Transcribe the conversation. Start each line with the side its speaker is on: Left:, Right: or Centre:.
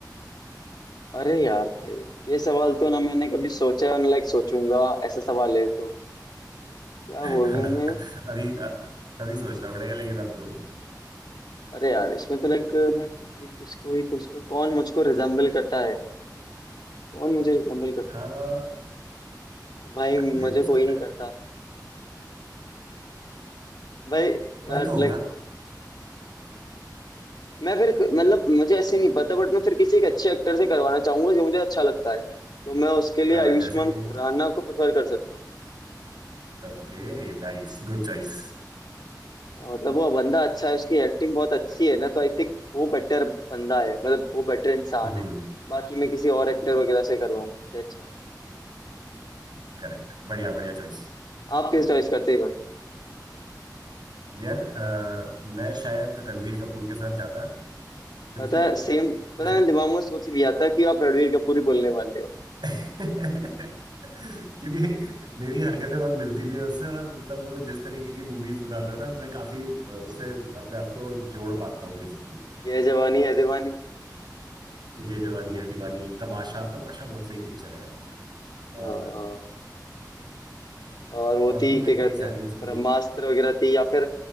Left: अरे यार भाई ये सवाल तो ना मैंने कभी सोचा ना लाइक सोचूंगा ऐसा सवाल है तो क्या
Right: <laughs>
Left: बोलूं मैं
Right: अभी अ, अभी सोचना पड़ेगा लेकिन आपको
Left: अरे यार इसमें तो लाइक मैं किसी किसको ही किसको कौन मुझको रिजेम्बल करता है कौन मुझे रिजेम्बल करता
Right: हाँ
Left: है भाई
Right: ये
Left: मुझे
Right: हो
Left: कोई
Right: सकता
Left: नहीं करता
Right: है
Left: भाई
Right: कोई तो
Left: लाइक
Right: होगा
Left: मैं फिर मतलब मुझे ऐसे नहीं पता बट मैं फिर किसी एक अच्छे एक्टर से करवाना चाहूंगा जो मुझे अच्छा लगता है तो मैं उसके लिए
Right: हाँ
Left: आयुष्मान
Right: जैसे कि
Left: खुराना को प्रेफर कर सकता
Right: okay nice good choice
Left: हाँ, मतलब वो बंदा अच्छा है उसकी एक्टिंग बहुत अच्छी है ना तो आई थिंक वो बेटर बंदा है मतलब वो बेटर इंसान
Right: Hmm
Left: है बाकी मैं किसी और एक्टर वगैरह से करवाऊँ उससे अच्छा
Right: Correct बढ़िया बढ़िया चॉइस
Left: आप किस चॉइस करते हैं ये बताओ
Right: यार अ, मैं शायद रणवीर कपूर के साथ जाता क्योंकि
Left: पता है सेम पता
Right: मुझे
Left: है मैंने दिमाग में सोच लिया था कि आप रणवीर कपूर ही बोलने वाले हो
Right: <laughs> क्योंकि मेरी हरकतें बहुत मिलती भी है उससे और मतलब वो जिस तरीके की मूवीज बनाता है ना मैं काफी अ, उससे अपने आप को जोड़ पाता हूँ बेसिकली
Left: ये जवानी है दीवानी
Right: ये जवानी है दीवानी तमाशा तमाशा बहुत सही पिक्चर है यार
Left: हाँ
Right: और
Left: और वो
Right: और
Left: थी
Right: भी हैं
Left: क्या कहते
Right: कई सारी
Left: हैं
Right: उसकी
Left: ब्रह्मास्त्र वगैरह थी या फिर